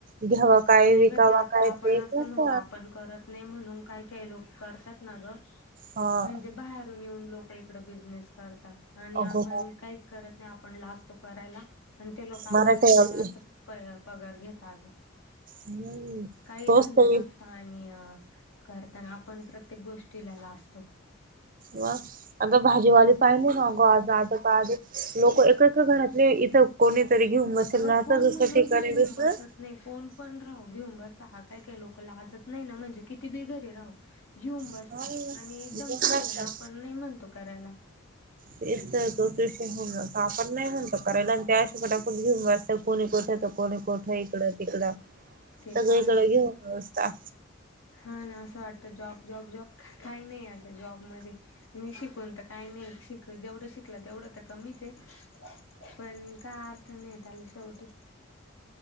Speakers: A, on the right (about 40°); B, on the left (about 70°).
A: घ्यावा काय?
B: नाही
A: विकावा
B: ग ते आता
A: काय ते
B: आपण असं
A: कस
B: म्हणतो आपण करत नाही म्हणून काही काही लोक करतात ना गं.
A: हा
B: म्हणजे बाहेर मागून येऊन लोक इकड बिझनेस करतात आणि
A: अगो
B: आपण काहीच करत नाही आपण लाजतो करायला. आणि ते लोक आपल्यापेक्षा
A: मराठी हवी.
B: जास्त प पगार घेतात आगं.
A: हम्म
B: काहीही
A: तोच
B: धंदा
A: तर
B: टाकता
A: एक
B: आणि करता. अन आपण प्रत्येक गोष्टीला लाजतो.
A: ह अग भाजीवाले पायले ना? <unintelligible> लोक एक एका घरातले इथं कोणी तरी घेऊन बसेल
B: अगं
A: ना
B: कोण
A: तर
B: म्हणून
A: दुसऱ्या ठिकाणी
B: ते घेऊन
A: तसं.
B: बसत कोण पण राहू घेऊन बसता. हा. काय काय लोक लाजत नाही ना? म्हणजे किती बी घरी राहू- घेऊन बसता
A: हा घेऊन
B: आणि एकदम चांगलं
A: बसतात.
B: ना. आपण नाही म्हणतो करायला.
A: तेच तर <unintelligible> आपण नाही म्हणतो करायला आणि ते असे पटापट घेऊन कोणी कोण- कोणी कोठ इकडं तिकडं.
B: ते
A: सगळीकडं
B: तर आहेच
A: घेऊन
B: पण
A: बसता.
B: हा ना. असं वाटतं जॉब जॉब जॉब. काही नाही अग, जॉबमध्ये. मी शिकून तर- काही नाही. शिकू जेवढं शिकला तेवढं तर कमीच आहे. पण काय अर्थ नाही त्याला शेवटी.